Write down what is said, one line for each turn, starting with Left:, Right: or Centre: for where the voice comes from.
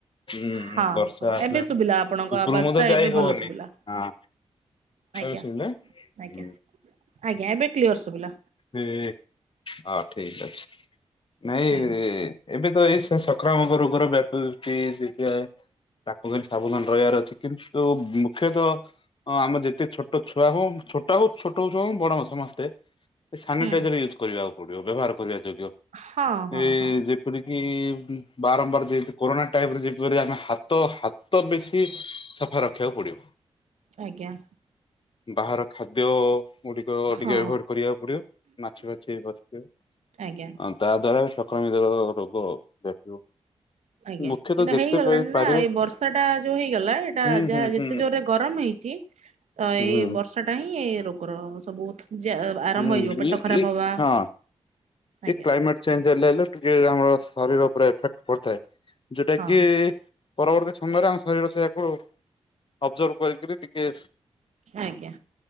Left: ହୁଁ
Right: ହଁ
Left: ବର୍ଷା
Right: ହଁ
Left: ଆସିଲାଣି
Right: ଏବେ ଶୁଭିଲା ଆପଣଙ୍କ
Left: ଉପରୁକୁ
Right: ଆବାଜ
Left: ମଧ୍ୟ
Right: ଟା
Left: ଯାଇ
Right: ଏବେ
Left: ହବନି
Right: ଭଲ ଶୁଭିଲା
Left: ହଁ
Right: ଆଜ୍ଞା
Left: ଏବେ ସୁବିଲା
Right: ଆଜ୍ଞା
Left: ହୁଁ।
Right: ଆଜ୍ଞା ଏବେ କ୍ଲିୟର ଶୁଭିଲା
Left: ସେ ହଁ ଠିକ ଅଛି ନାଇଁ
Right: ହୁଁ
Left: ଏବେ ତ ଏଇ ସ ସଂକ୍ରାମକ ରୋଗର ବ୍ୟାପିଚି ଟିକେ ତାକୁ ସାବଧାନ ରହିବାର ଅଛି। କିନ୍ତୁ ମୁଖ୍ୟତଃ ଆମର ଯେତେ ଛୋଟ ଛୁଆ ହଉ ଛୋଟ ହଉ ଛୋଟ ହଉ ଛୁଆ ହଉ ବଡ ସମସ୍ତେ ଏ ସାନିଟାଇଜର
Right: ହୁଁ
Left: ୟୁଜ କରିବାକୁ ପଡିବ ବ୍ୟବହାର କରିବା ଯୋଗ୍ୟ
Right: ହଁ ହଁ
Left: ଏ
Right: ହଁ
Left: ଯେପରିକି ବାରମ୍ବାର ଯେମିତି କରୋନା ଟାଇମ୍ ରେ ଯେପରି ଆମେ ହାତ ହା ତ ବେଶୀ ସଫା ରଖିବାକୁ ପଡିବ।
Right: ଆଜ୍ଞା।
Left: ବାହାର ଖାଦ୍ୟ ଗୁଡିକ
Right: ହଁ
Left: ଟିକେ ଏଭଏଡ୍ କରିବାକୁ ପଡିବ। ମାଛି ମାଛି ବସିବେ
Right: ଆଜ୍ଞା
Left: ଆଉ ତା ଦ୍ଵାରା ବି ଆକ୍ରମିତର ରୋଗ <unintelligible>
Right: ଆଜ୍ଞା
Left: ମୁଖ୍ୟତଃ
Right: ଏଇଟା
Left: ଯେତେ
Right: ହେଇଗଲାଣି
Left: ପା- ପାରିବେ
Right: ନା ଏଇ ବର୍ଷା ଟା ଯୋଉ ହେଇଗଲା ଏଇଟା
Left: ହୁଁ
Right: ଯାହା
Left: ହୁଁ ହୁଁ
Right: ଯେତେ ଜୋରରେ ଗରମ ହେଇଛି ତ
Left: ହୁଁ
Right: ଏଇ ବର୍ଷା ଟା ହିଁ <unintelligible> ଯ ଆରମ୍ଭ
Left: ହୁଁ
Right: ହେଇଯିବ ପେଟ
Left: ଇ
Right: ଖରାପ
Left: ଇ
Right: ହବା,
Left: ହଁ
Right: ଆଜ୍ଞା
Left: ଏ କ୍ାଇମେଟ ଚେଞ୍ଜ୍ଲେ ଶରୀର ଉପରେ ଏଫେକ୍ଟ ପଡିଥାଏ, ଯୋଉଟା
Right: ହଁ
Left: କିି ପରବର୍ତ୍ତୀ ସମୟରେ ଆମ ଶରୀର ସେଇ ତା ଅବଜର୍ଭ କରିକରି ଟିକେ
Right: ଆଜ୍ଞା